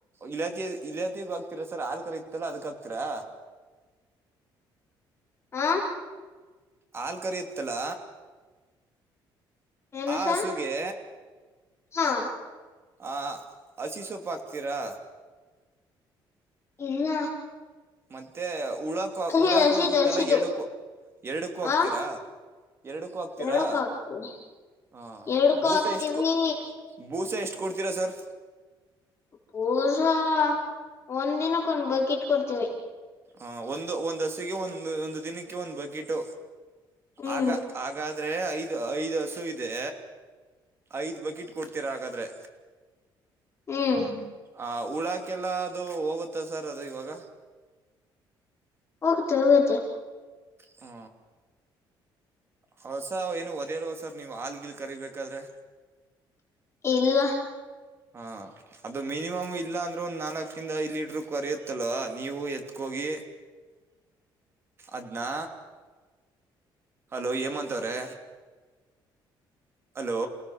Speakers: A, on the right (about 30°); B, on the left (about 30°).
A: ಇಲಾತಿ ಇಲಯತಿಗ್ ಹಗ್ತತಿರಾ ಸರ್ ಆಾಲ್ ಕರ ಇತ್ತಲ್ಲಾ ಅದಕ್ ಆಗ್ತತಿರಾ
B: ಹಾ
A: ಹಾಲ್ಕರಿಯುತ್ತೆ ಅಲ್ಲ
B: ಏನು
A: ಆ
B: ಸ
A: ಹಸುಗೆ
B: ಹಾ
A: ಹ ಹಸಿ ಸೊಪ್ಪ ಹಾಕ್ತೀರಾ
B: ಇಲ್ಲ
A: ಮತ್ತೆ ಉಳಕ
B: ಹಸಿದು
A: ಉಳಾಕ
B: ಹಸಿದು
A: ಹೋಗುತ್ತಲ್ಲ
B: ಹಸಿದು
A: ಎರಡುಕ್ಕೂ ಎರಡಕ್ಕೂ
B: ಹ
A: ಹಗ್ತೀರಾ ಎರಡಕ್ಕೂ ಹಾಕ್ತೀರಾ
B: ಎರಡಕ್ಕೂ ಹಾಕ್ತಿವಿ
A: ಹ
B: ಎರಡಕ್ಕೂ
A: ಬೂಸೆ
B: ಹಾಕ್ತಿವಿ
A: ಎಷ್ಟೂ ಬೂಸೆ ಎಷ್ಟು ಕೊಡ್ತೀರಾ ಸರ್
B: ಪೂಸಾ ಒಂದ್ ದಿನಕ್ಕ ಒಂದ ಬಕಿಟ್ ಕೊಡ್ತೀವಿ
A: ಆ ಒಂದು ಒಂದ್ ಹಸಿಗೆ ಒಂದು ಒಂದು ದಿನಕ್ಕೆ ಒಂದು ಬಕೆಟ್ು
B: ಹ್ಮ್
A: ಆಗ ಆಾದ ಆದ್ರೆ ಐದು ಐದ್ ಹಸು ಇದೆ ಐದ್ ಬಕೆಟ್ ಕೊಡ್ತೀರಾ ಹಾಗಾದ್ರೆ
B: ಹ್ಮ್
A: ಆ ಉಳಾಕ್ಕೆಲ್ಲ ಅದು ಹೋಗುತ್ತೆ ಸರ್ ಅದು ಇವಾಗ
B: ಹೋಗ್ತೆ ಹೋಗುತ್ತೆ
A: ಹೂ ಹೌದುಸ ಏನು ಒದೇಲ್ವ ಸರ್ ನೀವು ಹಾಗಿಲ್ ಕರಿಬೇಕಾದ್ರೆ
B: ಇಲ್ಲ
A: ಹಾಂ ಅದು ಮಿನಿಮಮ್ ಇಲ್ಲ ಅಂದ್ರೆ ಒಂದ್ ನಾಲ್ಕಿಂದ ಐ್ ಲೀಟರ್ಕ್ ಕರಿಯುತ್ತಲ್ವಾ ನೀವು ಎತ್ಕೋಗಿ ಅದ್ನಾ ಹಲೋ ಹೇಮಂತ್ ಅಂತವ್ರೆ ಹಲೋ